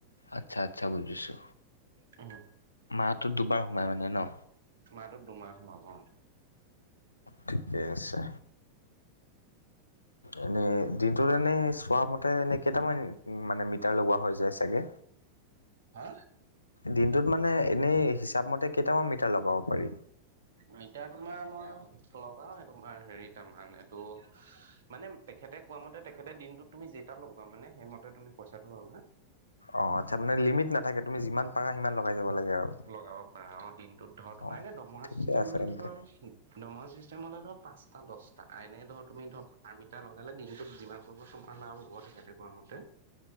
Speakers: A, on the left; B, on the right.
A: আচ্ছা আচ্ছা বুজিছো।
B: উম।
A: মাহটো দুবাৰ সোমাই মানে ন।
B: মাহটো দুবাৰ সোমাব অ
A: ঠিকে আছে। এনে দি- ত এনেই চোৱা মতে এনে কেইটামান মানে মিটাৰ লগোৱা হৈ যায় চাগে।
B: হা
A: দিনটোত মানে এনেই হিচাপ মতে কেইটামান মিটাৰ লগাব পাৰি।
B: মিটাৰ তোমাৰ মই লগাও তোমাৰ হেৰিটা মান এইটো- মানে তেখেতে কোৱা মতে তেখেতে দিনটোত তুমি যেটা ল'গোৱা মানে সেইমতে তুমি পইচাটো পাবা।
A: অ আচ্ছা মানে লিমিট নাথাকে তুমি যিমান পাৰা সিমান লগাই যাব লাগে আৰু।
B: লগাব পাৰা অ দিনটোত ধৰ তোমাৰ
A: অ।
B: এনে দমহা
A: ঠিকে
B: চিষ্টেমটোতে
A: আছে তেন্তে
B: ধৰ- দৰমহা চিষ্টেম হলে ধৰক পাঁচটা দহটা এনে ধৰ তুমি ধৰক পাৰ মিটাৰ লগালে দিনটোত যিমান লগোৱা তোমাৰ। লাভ হব তেখেতে কোৱা মতে।